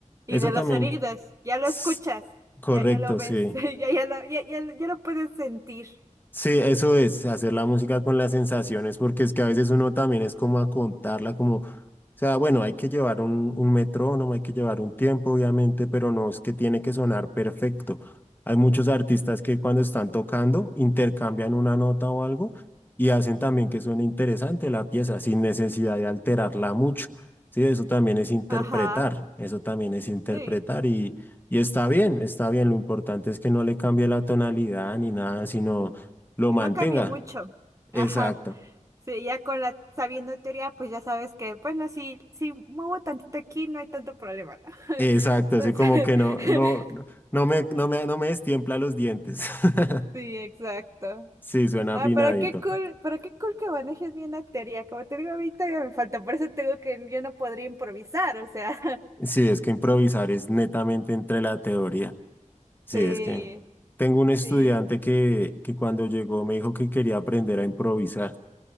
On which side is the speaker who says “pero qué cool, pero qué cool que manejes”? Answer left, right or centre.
Right